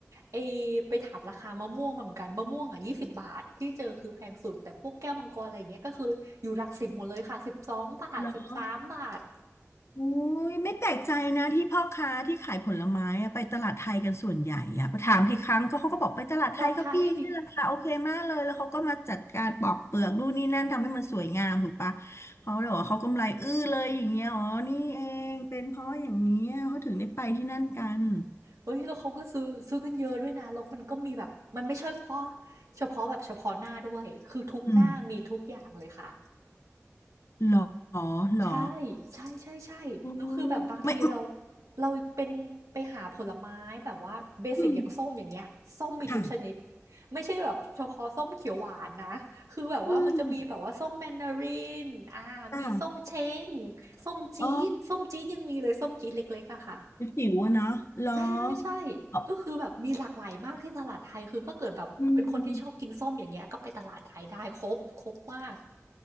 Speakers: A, on the right; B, on the left.
A: ไอไปถามราคามะม่วงมาเหมือนกันมะม่วงอ่ะยี่สิบบาทที่เจอคือแพงสุดแต่พวกแก้วมังกรอะไรอย่างเงี้ยก็คืออยู่หลักสิบหมดเลยค่ะสิบสองบาทสิบสามบาท
B: เหรออุ้ย ไม่แปลกใจนะที่พ่อค้าที่ขายผลไม้อะไปตลาดไทยกันส่วนใหญ่อะพอถามกี่ครั้งก็เขาก็บอกไปตลาดไทยครับพี่นี่ราคาโอเคมากเลยแล้วเขาก็มาจัดการปอกเปลือกนู่นนี่นั่นทำให้มันสวยงามถูกปะ
A: ตลาดไทย
B: เขาเลยบอกว่าเขากำไรอื้อเลยอย่างเงี้ยอ๋อ นี่เองเป็นเพราะอย่างนี้ยเขาถึงได้ไปที่นั่นกัน
A: เฮ้ยแล้วเขาก็ซื้อซื้อกันเยอะด้วยนะแล้วมันก็มีแบบมันไม่ใช่เฉพาะเฉพาะแบบเฉพาะหน้าด้วยคือทุกหน้ามีทุกอย่างเลยค่ะ
B: อืมเหรอเหรอ
A: ใช่ใช่ใช่ใช่แล้วคือแบบบางทีเรา
B: อ๋อไม่
A: เราเป็นไปหาผลไม้แบบว่าเบสิกอย่างส้มอย่างเงี้ยส้มมีทุกชนิด
B: อืมค่ะ
A: ไม่ใช่แบบเฉพาะส้มเขียวหวานนะคือแบบว่ามันจะมีแบบว่าส้มแมนดารินอ่ามีส้มเช้ง
B: อืมอ่า
A: ส้มจี๊ดส้มจี๊ดยังมีเลยส้มจี๊ดเล็กๆอะค่ะ
B: อ๋อ จิ๋วอะเนาะเหรอ
A: ใช่ๆ่ใช่
B: อ๋อ
A: ก็คือแบบมีหลากหลายมากที่ตลาดไทยคือถ้าเกิดแบบเป็นคนที่ชอบกินส้มอย่างเงี้ยก็ไปตลาดไทยได้ครบครบมาก
B: อืม